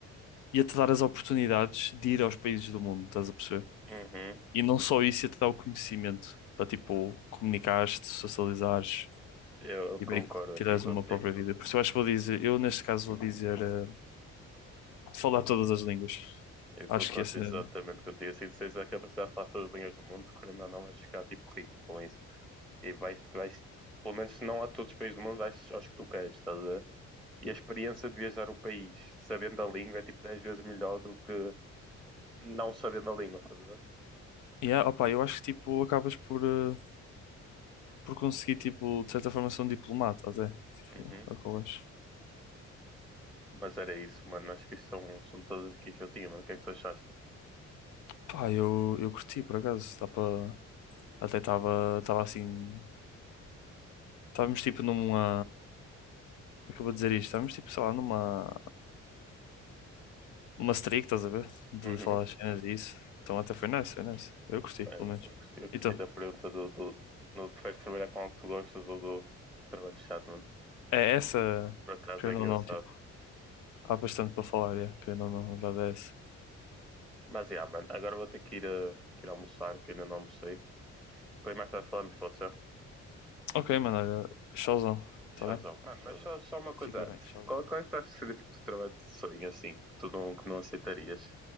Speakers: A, on the left; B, in the centre.
A: ia-te dar as oportunidades de ir aos países do mundo, estás a perceber?
B: uhum.
A: E não só isso, ia-te dar o conhecimento para tipo, comunicares-te, socializares
B: Eu, eu
A: e
B: concordo
A: meio que
B: aqui
A: tirares
B: contigo.
A: uma própria vida. Por isso eu acho que vou dizer, eu neste caso vou dizer eh, Falar todas as línguas.
B: Eu concordo
A: Acho que esse
B: exatamente
A: é.
B: contigo. Assim, se és a capacidade de falar todas as línguas do mundo, querendo ou não, vais ficar tipo rico com isso. E vais, vais, pelo menos se não a todos os países do mundo, vais aos que tu queres, estás a ver? E a experiência de viajar o país sabendo a língua é tipo 10 vezes melhor do que não sabendo a língua, estás a ver?
A: Yeah, opa, eu acho que tipo acabas por, eh, por conseguir tipo de certa forma ser um diplomata até. Tipo,
B: Uhum.
A: é o que eu acho.
B: Mas era isso, mano. Acho que isto são, são todas aqui que eu tinha, mano. O que é que tu achaste?
A: Pá, eu, eu curti por acaso. Dá pra... Até estava estava assim. Estávamos tipo numa. Acabou de dizer isto. Estávamos tipo, sei lá, numa. uma streak, estás a ver? De
B: Uhum.
A: falar as cenas e isso. Então até foi nice, foi nice. Eu curti,
B: Eh,
A: pelo menos.
B: Eu gostei, eu gostei
A: Então,
B: da pergunta do, do, do preferes trabalhar com algo que tu gostas ou do trabalho chato, mano.
A: é essa,
B: Por acaso
A: querendo
B: é engraçado.
A: ou não, tipo, há bastante para falar, é, querendo ou não, a verdade é essa.
B: Mas yeah, mano, agora vou ter que ir, eh, que ir almoçar, que ainda não almocei. Depois mais tarde falamos, pode ser?
A: Ok, mano, olha, showzão,
B: Tchauzão.
A: tá bem?
B: Mano, mas Tchauzão. só, só uma coisa
A: Fica
B: antes.
A: bem, showzão.
B: Qual, qual é que tu achas que seria o tipo de trabalho de sonho, assim, que tu não, que não aceitarias?